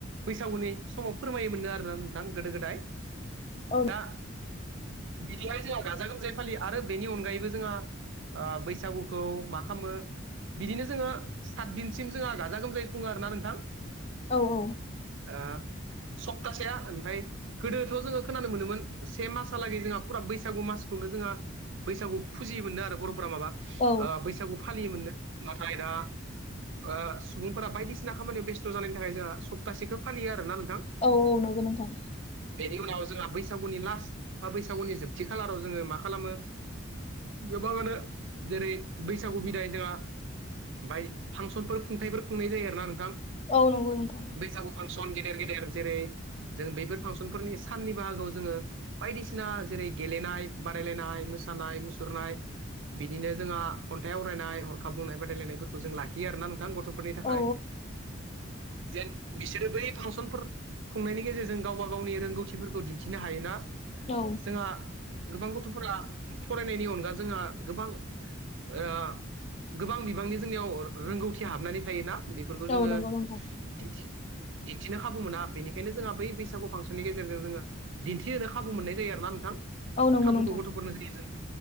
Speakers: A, on the right; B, on the left.
A: बैसागुनि समाव फोरमायो मोननो आरोना नोंथां गोदो गोदाय
B: औ
A: दा बिदिहाय जोंहा गाजा गोमजायै फालि आरो बेनि अनगायैबो जोंहा ओ बैसागुखौ मा खालामो? बिदिनो जोङो सात दिनसिम जोंहा गाजा गोमजायै खुङो आरो ना नोंथां।
B: औ औ।
A: ओ सप्तासेआ ओमफ्राय गोदोथ' जोङो खोनानो मोनोमोन से मासहालागै जोंहा फुरा बैसागु मासखौनो जोंहा- बैसागु फुजियोमोननो आरो बर'फोरा माबा
B: औ
A: बैसागु फालियोमोननो नाथाय दा ओ सुबुंफोरा बायदिसिना खामानियाव बेस्थ' जानायनि थाखाय जोंहा सप्तासेखो फालियो आरोना नोंथां।
B: औऔ नंगौ नोंथां।
A: बेनि उनाव जोंहा बैसागुनि लास्ट बा बैसागुनि जोबथि खालाराव जोङो मा खालामो गोबाङानो जेरै बैसागु बिदाय जोंहा ओमफाय फांसनफोर खुंथायफोर खुंनाय जायो आरोना नोंथां।
B: औ नंगौ नोंथां।
A: बैसागु फांसन गेदेर गेदेर जेरै जों बैफोर फांसनफोरनि साननि बाहागोआव जोङो बायदिसिना जेरै गेलेनाय बादायलायनाय मोसानाय मुसुरनाय, बिदिनो जोंहा खन्थाइ आवरायनाय हरखा बुंनाय बादायलायनायफोरखौ जों लाखियो आरोना नोंथां गथ'फोर नि थाखाय
B: औ
A: जेन बिसोरो बै फांसनफोर खुंनायनि गेजेरजों गावबा गावनि रोंगौथिफोरखौ दिन्थिनो हायोना।
B: औ
A: जोंहा गोबां गथ'फोरा फरायनायनि अनगा जोंहा गोबां ओ गोबां बिबांनि जोंनियाव रोंगौथिया हाबनानै थायोना। बेफोरखौ जोङो
B: औ नंगौ नोंथां औ
A: दिनथि दिन्थिनो खाबु मोना बेनिखायनो जोंहा बै बैसागु फांसननि गेजेरजों जोङो दिन्थिहोनो खाबु मोननाय जायो आरो ना नोंथां।
B: औ नंगौ
A: खाबुखौ
B: नोंथां औ नंगौ नोंथां
A: गथ'फोरनो होयो जों